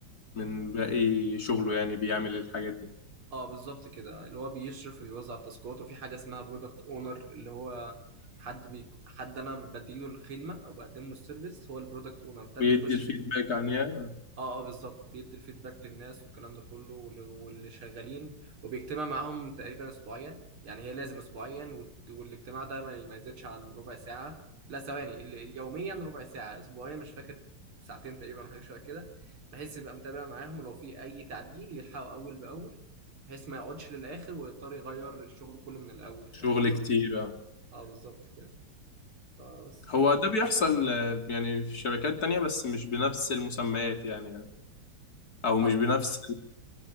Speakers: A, on the left; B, on the right.
A: من باقي شغله يعني بيعمل الحاجات دي
B: اه بالظبط كده اللي هو بيشرف وبيوزع التاسكات وفي حاجه اسمها برودكت اونر اللي هو حد بي... حد انا بديله الخدمه او بقدم له السيرفيس هو البرودكت اونر ده
A: ويدي
B: بيخش
A: الفيدباك عنها
B: اه اه بالظبط بيدي الفيدباك للناس والكلام ده كله وال- واللي شغالين وبيجتمع معاهم تقريبا اسبوعيا يعني هي لازم اسبوعيا وال- والاجتماع ده ما ما يزيدش عن ربع ساعة لا ثواني ال- ال- يوميا ربع ساعة اسبوعيا مش فاكر ساعتين تقريبا حاجة شوية كده بحيث يبقى متابع معاهم لو في اي تعديل يلحقه اول باول بحيث ما يقعدش للاخر ويضطر يغير الشغل كله من الاول فاهمني
A: شغل كتير آه.
B: اه بالظبط كده فبس
A: هو ده بيحصل آه، يعني في شركات تانية بس مش بنفس المسميات يعني او مش
B: اه
A: بنفس